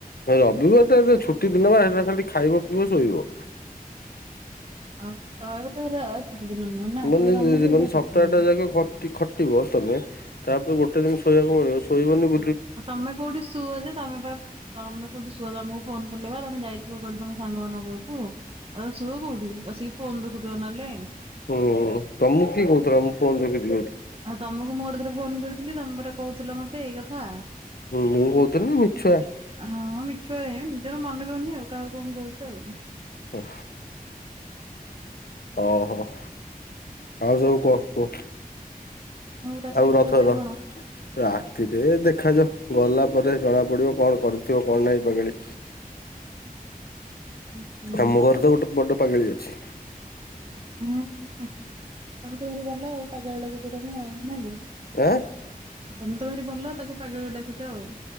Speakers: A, on the left; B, on the right.
A: ରବିବ ଏଟା ଛୁଟି ଦିନ ବା ସେଟା ଖାଲି ଖାଇବ ପିଇବ ଶୋଇବ।
B: <unintelligible> ନୁହଁ ନା
A: ମାନେ
B: ଖାଲି ତମର ସେଇଟା
A: ମାନେ ସପ୍ତାହ
B: ଛୁଟି ଦିନ
A: ଟା ଯାକ ଖଟିବ ତମେ ତାପରେ ଗୋଟେ ଦିନ ଶୋଇବାକୁ ମିଳିବ ଶୋଇିବନି
B: ଆ ତମେ କୋଉଠି ଶୁଅ ଯେ ତମେ ବା ତମେ କୋଉଠି ଶୁଅ ତମକୁ ଫୋନ କଲେ ବା ତମେ ଯାଇଥିବ କୋଉଠି ତମ ସାଙ୍ଗ <unintelligible> ହିଁ ସୁଅ କୋଉଠି ବସିକି ଫୋନ୍ ଦେଖୁଥିବ ନହେଲେ
A: ହୁଁ ତମକୁ <unintelligible>
B: ଆଉ ତମକୁ ମୁଁ ଗୋଟେ ଥର ଫୋନ କରିଥିଲି ତମ ପରା କହୁ ମତେ ଏଇ କଥା
A: ମୁଁ କହୁଥିଲି ନା ମିଛୁଆ
B: ହ ମିଛ ନିଜର ମନ ରନୀ ଆଉ କାହାକୁ କଣ କହୁଛୁ ଆଉ।
A: ହୁଁ। ଓହୋ ଆଉ ଯାଉ କହ କୁହ।
B: ରାତିରେ
A: ଆଉ ରଥ
B: ଖିଆ ପିଆ
A: ର
B: କଣ?
A: ରାତିରେ ଦେଖାଯାଉ। ଗଲା ପରେ ଜଣା ପଡିବ କଣ କରିଥିବ କଣ ନାହିଁ ପାଗେଳି।
B: ହୁଁ
A: ଆମ ଘରେ ତ ଗୋଟେ ବଡ ପାାଗଳି ଅଛି।
B: ହଁ ତମେ ତ ଭାରି ଭଲ ପାଗେଲି ଡାକୁଛ ତମେ।
A: ଆଁ।
B: ତମେ ତ ଭାରି ଭଲ ତାକୁ ପାଗେଳି ଡାକୁଛ ଆଉ।